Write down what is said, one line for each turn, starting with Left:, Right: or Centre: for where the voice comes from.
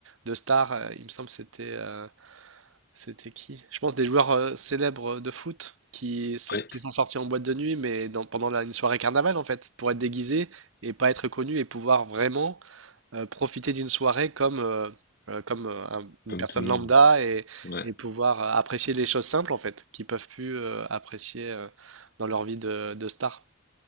Right: de stars. euh, Il me semble que c'était. euh, c'était qui? Je pense des joueurs euh, célèbres de foot qui, s-
Left: ouais,
Right: qui sont sortis en boîte de nuit, mais dans- pendant la, une soirée carnaval en fait, pour être déguisés et pas être connus et pouvoir vraiment euh, profiter d'une soirée comme, euh, euh, comme euh, un- une
Left: comme
Right: personne
Left: tout le monde.
Right: lambda et,
Left: Ouais,
Right: et pouvoir euh, apprécier les choses simples en fait, qu'ils peuvent plus euh, apprécier euh, dans leur vie de, de star.